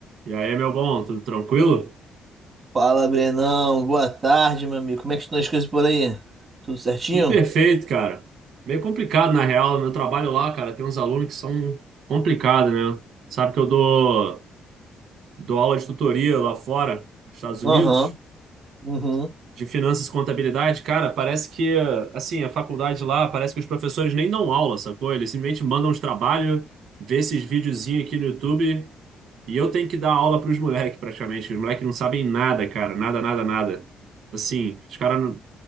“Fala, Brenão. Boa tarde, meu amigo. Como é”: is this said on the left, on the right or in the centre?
Right